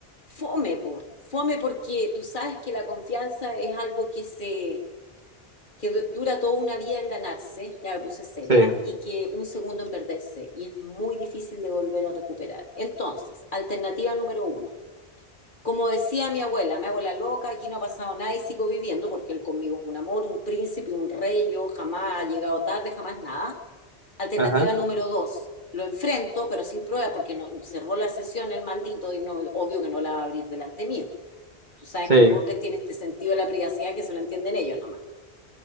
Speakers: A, on the left (about 45°); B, on the right (about 45°).
A: fome, po. Fome porque tú sabes que la confianza es algo que se que du- dura toda una vida en ganarse, ya me puse seria,
B: Sí,
A: y que un segundo en perderse, y es muy difícil de volver a recuperar. Entonces, alternativa número uno. Como decía mi abuela, me hago la loca, aquí no ha pasado nada y sigo viviendo porque él conmigo es un amor, un príncipe, un rey, yo jamás ha llegado tarde, jamás nada. Alternativa
B: ajá,
A: número dos, lo enfrento, pero sin prueba porque no, cerró la sesión el maldito y no, obvio que no la va a abrir delante mío. Tú sabes
B: sí.
A: que los hombres tienen este sentido de la privacidad que se lo entienden ellos nomás.